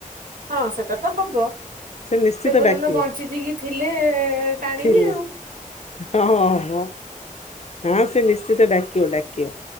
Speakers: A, on the right; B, on the left.
A: ହଁ ସେଟାତ କବ। ସେ
B: ନିଶ୍ଚିତ
A: ପର୍ଯ୍ୟନ୍ତ
B: ଡାକିବ
A: ବଞ୍ଚିଜିକିି ଥିଲେ ଟାଣିବି
B: ଥିଲେ
A: ଆଉ।
B: ହଁ ହଁ ହଁ ହଁ ସେ ନିଶ୍ଚିତ ଡାକିବ ଡାକିବ।